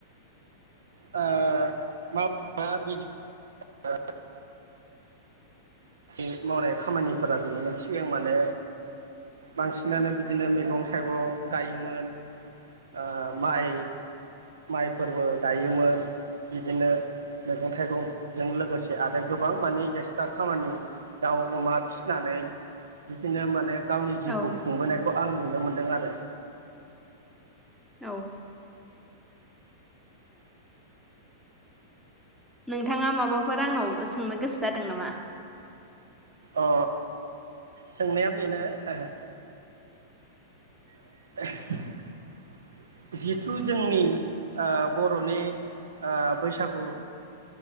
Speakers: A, on the right (about 70°); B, in the centre.
A: ओ मावनाया बिदि। <unintelligible> हि मावनाय खामानिफोरा बेनोमोन सिगां माने बांसिनानो बिदिनो मैगं-थाइगं गायोमोन ओ माइ माइफोरबो गायोमोन बिदिनो मैगं-थाइगं जों लोगोसे आरो गोबां माने एसटाग खामानि। दाउ अमा फिनानै बिदिनो माने गावनि जिउखौ
B: औ
A: खुंबोनायख'। आं नुनो मोनदों आरो।
B: औ नोंथाङा माबाफोर आंनाव सोंनो गोसो जादों नामा?
A: अ सोंनाया बेनो ओहो। ओह। जिहिथु जोंनि ओ बर'नि ओ बैसागु